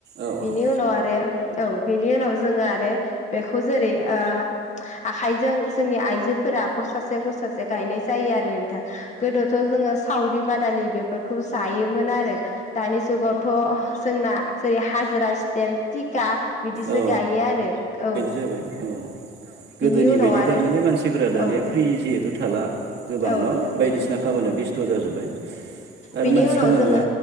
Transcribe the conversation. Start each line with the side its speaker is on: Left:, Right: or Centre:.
Right: औ
Left: बिनि
Right: औ औ
Left: उनाव आरो औ बिनि उनाव जोङो आरो बेखौ जेरै ओ आखाइजों जोंनि आइजोफोरा गसासे गसासे गायनाय जायो आरो नोंथां गोदोथ' जोङो सावरि बादालि बेफोरखौ जायोमोन आरो दानि जुगावथ' जोंना जेरै हाजिरा स्टेम टिका बिदिसो
Right: औ
Left: गायो आ रो औ।
Right: जाबाय औ गोदोनि
Left: बिनि उनाव
Right: बायदि
Left: आरो
Right: थार माने मानसिफोरा दानिया
Left: औ
Right: फ्रि जिहेथु थाला। गोबां
Left: औ
Right: न'
Left: नंगौ नोंथां
Right: बायदिसिना खामानियाव
Left: औ
Right: बेस्थ' जाजोब्बाय आरो
Left: बिनि
Right: मानसिखौ
Left: उनाव
Right: मोनला।
Left: जोङो